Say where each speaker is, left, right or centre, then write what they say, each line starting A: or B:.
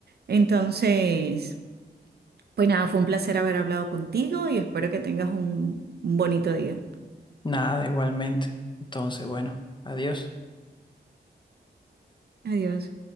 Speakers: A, on the right; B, on the left.
A: Entonces, pues nada, fue un placer haber hablado contigo y espero que tengas un un bonito día.
B: Nada, igualmente. Entonces, bueno, adiós.
A: Adiós.